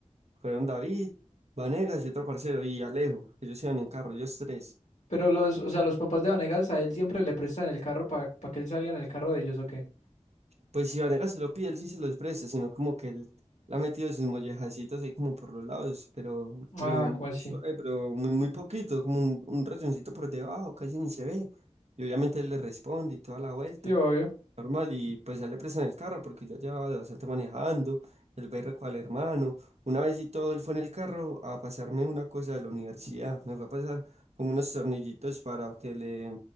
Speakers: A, on the right; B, on the left.
A: Fueron David, Vanegas y otro parcero, y Alejo, ellos iban en carro, ellos tres.
B: Pero los, o sea, los papás de Vanegas a él siempre le prestan el carro para que él salga en el carro de ellos, ¿o qué?
A: Pues si Vanegas se lo pide, él sí se los presta, sino como que él la ha metido sus mollejacitos ahí como por los lados, pero, pero,
B: Ah, ¿cómo
A: muy
B: así?
A: suave, pero muy, muy poquito, como un, un rayoncito por debajo, casi ni se ve. Y obviamente él le responde y toda la vuelta.
B: Sí, obvio.
A: normal y pues ya le prestan el carro porque ya llevaba bastante manejando, el berre con el hermano. Una vez y todo, él fue en el carro a pasarme una cosa de la universidad, me fue a pasar como unos tornillitos para que le